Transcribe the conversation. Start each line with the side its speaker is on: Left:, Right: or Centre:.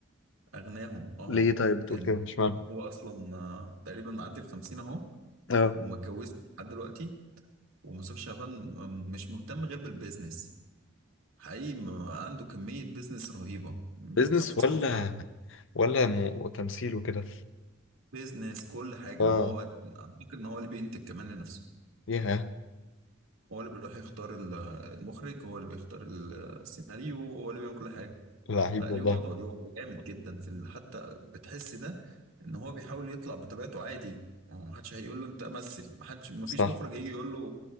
Right: اغناهم اه
Left: ليه طيب بتقول
Right: يعني
Left: كده مش معنى
Right: هو اصلا آه، تقريبا معدي ال 50 اهو
Left: اه
Right: وما اتجوزش لحد دلوقتي ومصطفى شعبان آه، مش مهتم غير بالبيزنس حقيقي ما- عنده كمية بيزنس رهيبة م،
Left: بيزنس
Right: حاطط
Left: ولا
Right: صباعه في كل حاجة
Left: ولا م... وتمثيل وكده
Right: بيزنس كل حاجة
Left: اه
Right: ما هو اعتقد ان هو اللي بينتج كمان لنفسه
Left: ياه
Right: هو اللي بيروح يختار ال- المخرج هو اللي بيختار ال- السيناريو هو اللي بيعمل كل حاجة
Left: لعيب
Right: لا
Left: والله
Right: ليه وضعه ليه وضعه جامد جدا في ال- حتى بتحس ده ان هو بيحاول يطلع بطبيعته عادي هو محدش هيقول له انت مثل محدش مفيش
Left: صح
Right: مخرج هيجي يقول له